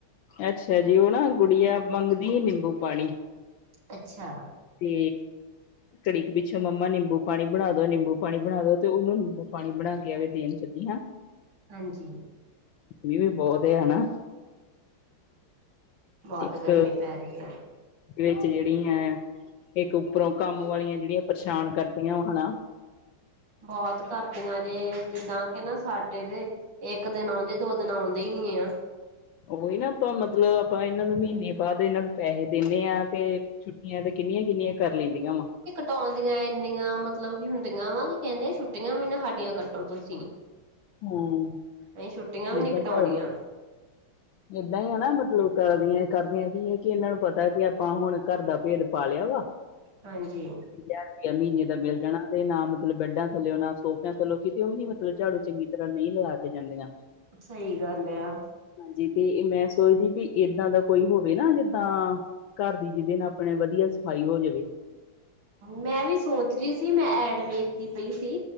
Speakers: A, on the left; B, on the right.
A: ਅੱਛਾ ਜੀ ਉਹ ਨਾ ਗੁੜੀਆ ਮੰਗਦੀ ਨਿੰਬੂ ਪਾਣੀ
B: ਅੱਛਾ
A: ਤੇ ਕੜੀਕ ਪਿੱਛੋਂ ਮੰਮਾ ਨਿੰਬੂ ਪਾਣੀ ਬਣਾ ਦੋ-ਨਿੰਬੂ ਪਾਣੀ ਬਣਾ ਦੋ ਤੇ ਉਹਨੂੰ ਨਿੰਬੂ ਪਾਣੀ ਬਣਾ ਕੇ ਆਵੇ ਦੇਣ ਚੱਲੀ ਹਾਂ
B: ਹਾਂਜੀ
A: ਮੀਹ ਵੀ ਬਹੁਤ ਅਨਾ
B: ਬਹੁਤ
A: ਇੱਕ
B: ਗਰਮੀ ਪੈ ਰਹੀ ਹੈ।
A: ਵਿੱਚ ਜਿਹੜੀ ਹੈ। ਇੱਕ ਉੱਪਰੋਂ ਕੰਮ ਵਾਲੀਆਂ ਜਿਹੜੀਆਂ ਪਰਸ਼ਾਨ ਕਰਦੀਆਂ ੳ ਹਨਾ
B: ਬਹੁਤ ਕਰਦੀਆਂ ਜੇ ਜਿੱਦਾਂ ਕੇ ਨਾ ਸਾਡੇ ਜੇ ਇੱਕ ਦਿਨ ਆਉਂਦੇ ਦੋ ਦਿਨ ਆਉਂਦੇ ਹੀ ਨੀ ਏ।
A: ਉਹੀ ਨਾ ਆਪਾਂ ਮਤਲਬ ਆਪਾਂ ਇਹਨਾਂ ਨੂੰ ਮਹੀਨੇ ਬਾਅਦ ਇਹਨਾਂ ਨੂੰ ਪੈਹੇ ਦੇਨੇ ਆ ਤੇ ਛੁੱਟ ਤੇ ਕਿੰਨੀਆਂ -ਕਿੰਨੀਆਂ ਕਰ ਲੈਂਦੀਆਂ ਵਾ।
B: ਟੋਂਉਂਦੀਆਂ ਇੰਨੀਆਂ ਮਤਲਬ ਕੀ ਹੁੰਦੀਆਂ ਵਾ ਕਿ ਕਹਿੰਦੇ ਛੁੱਟੀਆਂ ਵੀ ਨਾ ਹਾਡੀਆਂ ਕੱਟੋ ਤੁਸੀ।
A: ਹਾਂ
B: ਏਹ ਛੁੱਟੀਆਂ ਵੀ ਨੀ
A: ਏਦਾਂ
B: ਕਟਾਉਣੀਆਂ
A: ਹੀ ਕਰਦੀ ਏਦਾਂ ਹੀ ਆ ਨਾ ਮਤਲਬ ਕਰਦੀਆਂ ਕਰਦੀਆਂ ਕੀ ਹੈ ਕਿ ਇਹਨਾਂ ਨੂੰ ਪਤਾ ਕਿ ਆਪਾਂ ਹੁਣ ਘਰ ਦਾ ਭੇਦ ਪਾ ਲਿਆ ਵਾ।
B: ਹਾਂਜੀ।
A: ਹਜਾਰ ਰੁਪਇਆ ਮਹੀਨੇ ਦਾ ਮਿਲ ਜਾਣਾ ਤੇ ਨਾ ਮਤਲਬ ਬੈਡਾਂ ਥੱਲੇਓ ਨਾ ਸੋਫਿਆਂ ਥੱਲੇਓ ਕਿਤੇ ਉਹ ਵੀ ਨੀ। ਝਾੜੂ ਚੰਗੀ ਤਰ੍ਹਾਂ ਨਹੀਂ ਲਗਾ ਕੇ ਜਾਂਦੀਆਂ।
B: ਸਹੀ ਗੱਲ ਆ।
A: ਜੀ ਤੇ ਮੈਂ ਸੋਚਦੀ ਕਿ ਏਦਾਂ ਦਾ ਕੋਈ ਹੋਵੇ ਨਾ ਜਿੱਦਾਂ। ਘਰ ਦੀ ਜਿਹਦੇ ਨਾਲ ਆਪਣੇ ਵਧੀਆ ਸਫ਼ਾਈ ਹੋ ਜਵੇ।
B: ਮੈਂ ਵੀ ਸੋਚ ਰਹੀ ਸੀ ਮੈਂ ਐਡ ਵੇਖਦੀ ਪਈ ਸੀ